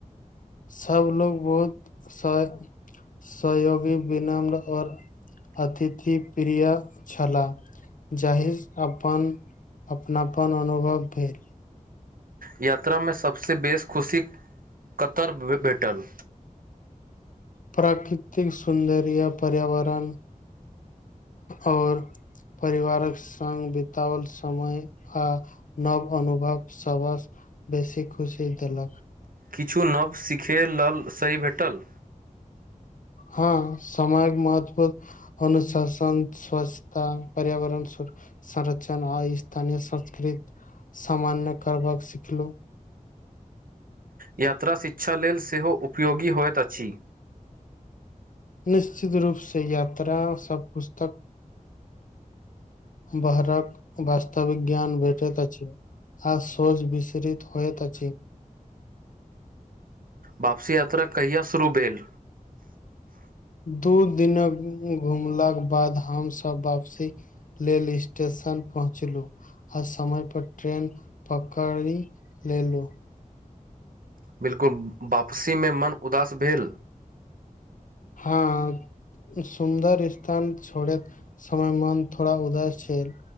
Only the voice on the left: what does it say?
सब लोग बहुत स सहयोगी विनम्र आओर अतिथि प्रिय छलाह जाहि अपन अपनापन अनुभव भेल
प्राकृतिक सौन्दर्य पर्यावरण और परिवारक संगङग बितओल समय आ नव अनुभव सबस बेसी खुशी देलक
हँ समाजक महत्त्व अनुशासन स्वशता पर्यावरण संरचण आ स्थानीय संस्कृति सामान्य करबाक सिखलहु
निश्चित रूप से यात्रा सबकछ तक बहरक वास्तविक ज्ञान भेटैत अछि आ शोज विस्रित होयत अछि
दू दिनक घुमलाक बाद हमसभ वापसी लेल स्टेशन पहुँचलहुँ ह समय पर ट्रेन पकड़ि लेलु
हँ सुन्दर स्थान छोड़ैत समय मन थोड़ा उदास छैल